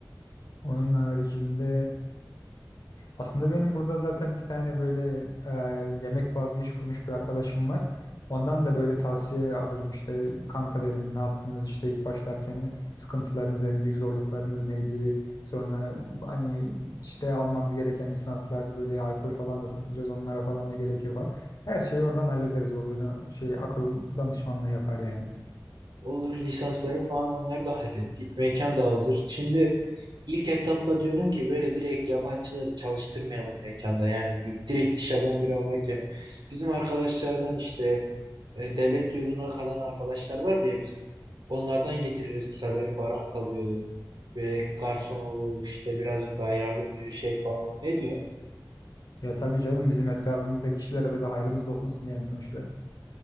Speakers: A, on the left; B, on the right.
A: Onun haricinde aslında benim burada zaten bir tane böyle e, yemek bazlı iş kurmuş bir arkadaşım var. Ondan da böyle tavsiye alırım işte kanka derim ne yaptınız işte ilk başlarken sıkıntılarınız en büyük zorluklarınız neydi? Sonra hani işte almanız gereken lisanslar böyle alkol falan da satacağız onlara falan ne gerekiyor falan. Her şeyi oradan hallederiz. O böyle şey akıl danışmanlığı yapar yani.
B: Olur lisansları falan onları da hallettik. Mekan da hazır. Şimdi ilk etapta diyorum ki böyle direkt yabancıları çalıştırmayalım mekanda. Yani direkt dışarıdan bir almak yerine. Bizim arkadaşlardan işte e, devlet yurduna kalan arkadaşlar var diye bizim. Onlardan getiririz mesela benim Baran kalıyor. Böyle garson olur işte birazcık daha yardımcı şey falan olur. Ne diyor?
A: Ya tabii canım bizim etrafımızdaki kişilere de bir hayrımız dokunsun yani sonuçta.